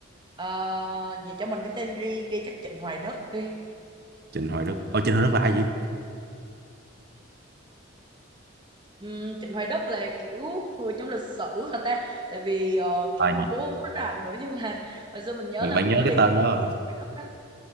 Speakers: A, on the right; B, on the right.
A: Ờ, vậy cho mình cái tên riêng đi, chắc Trịnh Hoài Đất đi.
B: Trịnh Hoài Đức. Ở Trịnh Hoài Đức là ai vậy?
A: Uhm, Trịnh Hoài Đất là kiểu người trong lịch sử hả ta? Tại vì ờ, kiểu
B: À,
A: mình
B: nhỉ.
A: cũng không có rành nữa nhưng mà hồi xưa mình nhớ
B: bạn,
A: là
B: bạn
A: mình
B: nhớ
A: có đi
B: cái
A: cái
B: tên
A: con
B: đó.
A: đường
B: không?
A: Trịnh Hoài Đất á.